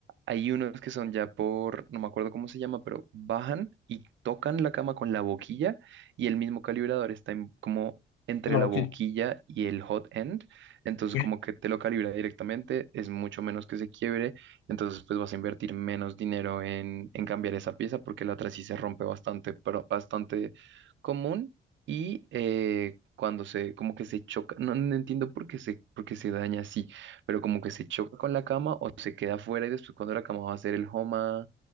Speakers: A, on the right; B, on the left.
A: Hay unos que son ya por, no me acuerdo cómo se llama, pero bajan y tocan la cama con la boquilla y el mismo calibrador está en- como entre
B: en la
A: la
B: boquilla.
A: boquilla y el hot end, entonces
B: Ok,
A: como que te lo calibra directamente, es mucho menos que se quiebre entonces, pues vas a invertir menos dinero en, en cambiar esa pieza porque la otra sí se rompe bastante, pero bastante común y eh, cuando se, como que se choca, no, no entiendo por qué se, por qué se daña así, pero como que se choca con la cama o se queda afuera y después cuando la cama va a hacer el homa